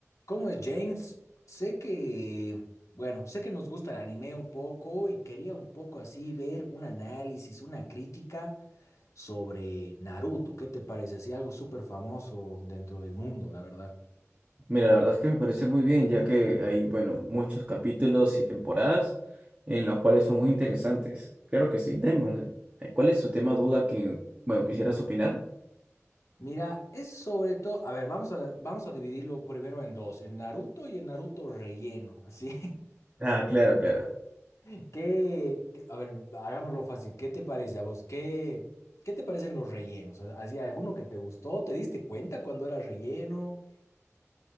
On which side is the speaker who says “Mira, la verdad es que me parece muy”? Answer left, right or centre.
Right